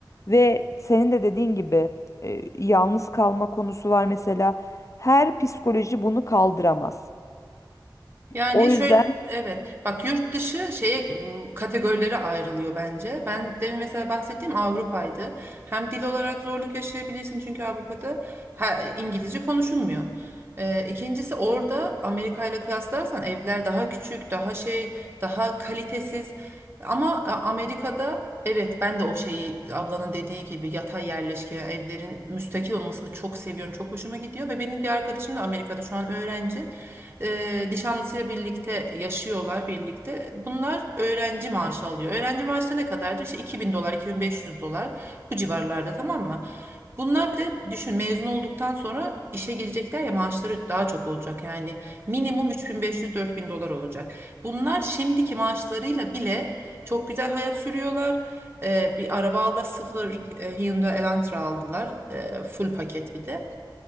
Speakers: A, on the left; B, on the right.
A: Ve senin de dediğin gibi e, yalnız kalma konusu var mesela. Her psikoloji bunu kaldıramaz.
B: Yani
A: O yüzden
B: şöyle evet bak yurt dışı şeye m, kategorilere ayrılıyor bence. Ben demin mesela bahsettiğim Avrupa'ydı. Hem dil olarak zorluk yaşayabilirsin çünkü Avrupa'da ha- İngilizce konuşulmuyor. Ee, ikincisi orada Amerika ile kıyaslarsan evler daha küçük, daha şey, daha kalitesiz. Ama e, Amerika'da evet ben de o şeyi ablanın dediği gibi yatay yerleşke evlerin müstakil olmasını çok seviyorum. Çok hoşuma gidiyor ve benim bir arkadaşım da Amerika'da şu an öğrenci e, nişanlısıyla birlikte yaşıyorlar birlikte. Bunlar öğrenci maaşı alıyor. Öğrenci maaşı da ne kadardı? İşte 2000 dolar, iki bin beş yüz dolar bu civarlarda tamam mı? Bunlar bir de düşün mezun olduktan sonra işe girecekler ya maaşları daha çok olacak. Yani minimum üç bin beş yüz dört bin dolar olacak. Bunlar şimdiki maaşlarıyla bile çok güzel hayat sürüyorlar. E, bir araba aldı sıfır e, Hyundai Elantra aldılar. E, full paket bir de.